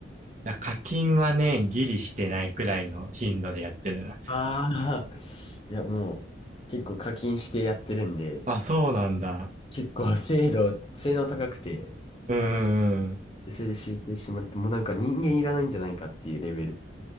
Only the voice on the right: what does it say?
や、課金はね、ギリしてないくらいの頻度でやってるな。
あ、そうなんだ。
うーん。